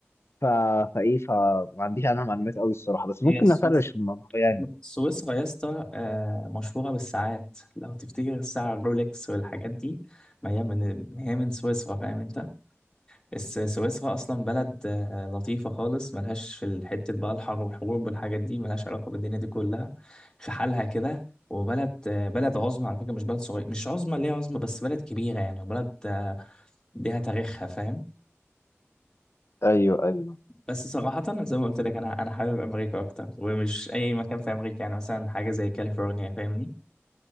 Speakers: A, on the left; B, on the left.
A: ف... فايه فما عنديش عنها معلومات قوي الصراحه بس ممكن
B: هي السويس-
A: نفرش في الموضوع يعني
B: سويسرا يا اسطى آه، مشهورة بالساعات لو تفتكر الساعة الرولكس والحاجات دي ما هي من ما هي من سويسرا فاهم انت الس- سويسرا أصلا بلد آه، لطيفة خالص ملهاش في الحتة بقى الحرب والحروب والحاجات دي ملهاش علاقة بالدنيا دي كلها في حالها كده وبلد آه، بلد عظمى على فكرة مش بلد صغير مش عظمى ليها عظمى بس بلد كبيرة يعني وبلد آه، ليها تاريخها فاهم
A: ايوه ايوه
B: بس صراحة زي ما قلت لك أنا أنا حابب أمريكا أكتر ومش أي مكان في أمريكا يعني مثلا حاجة زي كاليفورنيا فاهمني